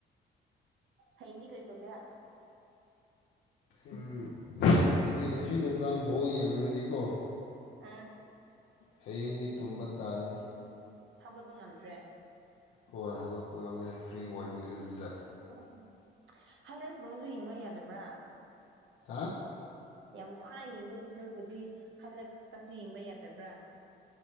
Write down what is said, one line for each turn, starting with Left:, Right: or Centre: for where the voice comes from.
Right: ꯍꯌꯦꯡꯗꯤ ꯀꯔꯤ ꯇꯧꯒꯦꯔ
Left: ꯎꯝ ꯑꯁ ꯈꯪꯗꯦ ꯉꯁꯤ ꯅꯨꯡꯗꯥꯡ ꯕꯣꯜ ꯌꯦꯡꯔꯗꯤꯀꯣ
Right: ꯑꯝ
Left: ꯍꯌꯦꯡꯗꯤ ꯇꯨꯝꯕ ꯇꯥꯔꯦꯅꯦ
Right: ꯍꯧꯒꯠꯄ ꯉꯝꯗ꯭ꯔꯦ
Left: ꯍꯣꯏ ꯍꯧꯒꯠꯄ ꯉꯝꯗꯦ ꯐ꯭ꯔꯤ ꯑꯣꯏꯕꯒꯤ ꯍꯧꯖꯤꯛꯇ
Right: <unintelligible> ꯒꯝꯕꯁꯨ ꯌꯦꯡꯕ ꯌꯥꯗꯕ꯭ꯔꯥ
Left: ꯍꯥꯥ
Right: ꯌꯥꯝ ꯋꯥꯅ ꯌꯦꯡꯕꯒꯤ ꯁꯔꯨꯛꯄꯨꯗꯤ ꯍꯥꯏꯂꯥꯏꯠ ꯈꯛꯇꯁꯨ ꯌꯦꯡꯕ ꯌꯥꯗꯕ꯭ꯔꯥ